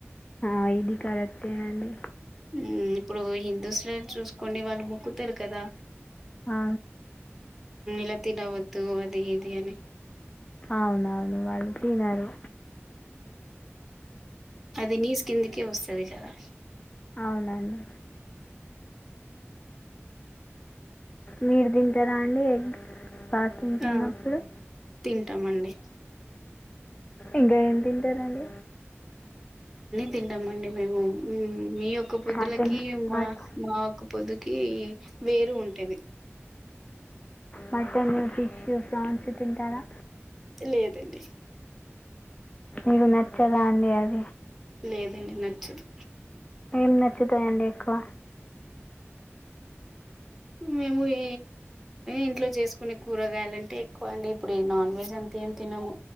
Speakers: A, on the left (about 25°); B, in the centre.
A: ఆ ఇది కరెక్టేనండి
B: మ్మ్ ఇప్పుడు హిందుస్ లో ఏం చూసుకోండి వాళ్ళు మొక్కుతారు కదా
A: ఆ,
B: <inaudible> త అది ఇది అని
A: అవునవును వాళ్ళు తినరు
B: అది నీసు కిందికే వస్తుది కదా
A: అవునండి మీరు తింటారా అండి ఎగ్ ఫాస్టింగ్స్
B: ఆ
A: ఉన్నప్పుడు
B: తింటామండి
A: ఇంకా ఏం తింటారంండి
B: తింటాంమండి మేము మీయొక్క పొద్దులకి
A: మటన్
B: మా
A: మట్
B: మా యొక్క పొద్దుకి వేరు ఉంటేది
A: మటన్ ఫిష్ు ఫన్స్ తింటారా
B: లేదండి
A: ఇగ నచ్చదా అన్నిడి
B: లే అ నచ్చదు
A: ఏం నచ్చుతాయండి ఎక్కువ
B: మేము ఈ ఇంట్లో చేసుకునే కూరగాయలుంటే ఎక్కువ అండి ఇప్పుడు ఈ నాన్ వెజ్ అంతా ఏం తినము